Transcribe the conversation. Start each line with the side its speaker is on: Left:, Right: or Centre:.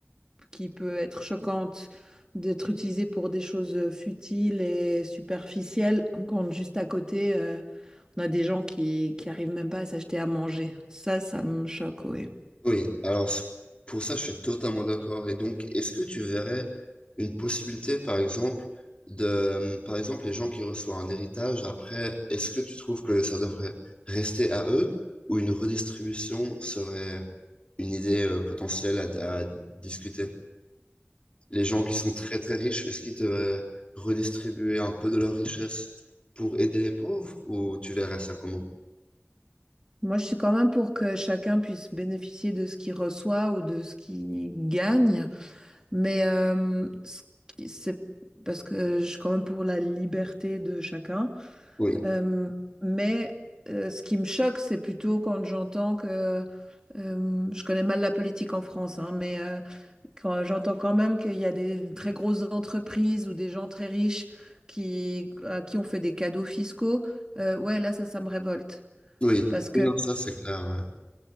Right: qui peut être choquante, d'être utilisée pour des choses futiles et superficielles, quand juste à côté. euh, on a des gens qui, qui arrivent même pas à s'acheter à manger. Ça, ça me choque, oui.
Left: Oui, alors c- pour ça, je suis totalement d'accord. Et donc, est-ce que tu verrais une possibilité, par exemple, de, euh, par exemple, les gens qui reçoivent un héritage, après, est-ce que tu trouves que ça devrait rester à eux ou une redistribution serait une idée euh, potentielle à à discuter? Les gens qui sont très très riches, est-ce qu'ils devaient redistribuer un peu de leur richesse pour aider les pauvres ou tu verrais ça comment?
Right: Moi, je suis quand même pour que chacun puisse bénéficier de ce qu'il reçoit ou de ce qu'il gagne. Mais euh, ce qui- c'est parce que je suis quand même pour la liberté de chacun.
Left: Oui,
Right: Euh, mais euh, ce qui me choque, c'est plutôt quand j'entends que, euh, je connais mal la politique en France, hein, mais euh, quand j'entends quand même qu'il y a des très grosses entreprises ou des gens très riches qui, à qui on fait des cadeaux fiscaux, euh, ouais, là, ça, ça me révolte.
Left: oui,
Right: Parce que
Left: oui, non, ça c'est clair. ouais.